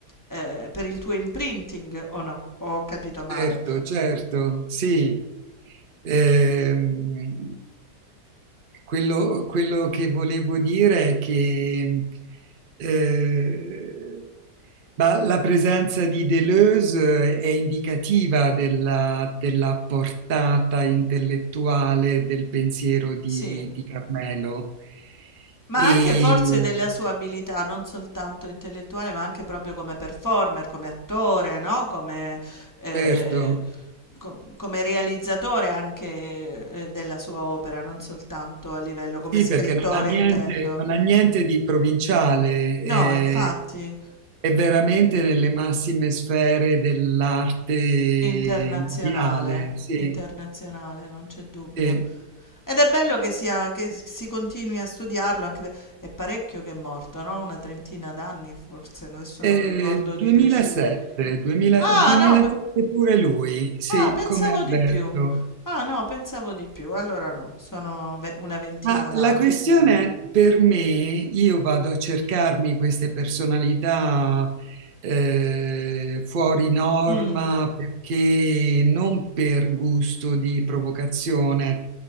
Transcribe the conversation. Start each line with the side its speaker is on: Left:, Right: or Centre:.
Left: eh, per il tuo imprinting, o no? Ho capito male.
Right: certo, certo, sì. Ehm, quello, quello che volevo dire è che eh, ma la presenza di Deleuze eh, è indicativa della, della portata intellettuale del pensiero di,
Left: Sì,
Right: di Carmelo.
Left: ma
Right: E
Left: anche forse della sua abilità, non soltanto intellettuale, ma anche proprio come performer, come attore, no? Come, eh,
Right: certo,
Left: co- come realizzatore anche, eh, della sua opera, non soltanto a livello come
Right: Sì,
Left: scrittore,
Right: perché non ha niente,
Left: intendo.
Right: non ha niente di provinciale, è,
Left: No, infatti.
Right: è veramente nelle massime sfere dell'arte
Left: Internazionale,
Right: mondiale. Sì,
Left: internazionale, non c'è dubbio.
Right: sì.
Left: Ed è bello che sia, che s- si continui a studiarlo, anche per- è parecchio che è morto, no? Una trentina d'anni forse, adesso non
Right: Eh,
Left: ricordo di
Right: 2007,
Left: preciso.
Right: 2000
Left: Ah,
Right: 2007
Left: no, pe-
Right: pure lui, sì,
Left: ah, pensavo
Right: come Alberto.
Left: di più. Ah, no, pensavo di più. Allora no, sono ve- una ventina
Right: Ma
Left: d'anni.
Right: la questione per me, io vado a cercarmi queste personalità eh, fuori norma
Left: Mm.
Right: perché non per gusto di provocazione,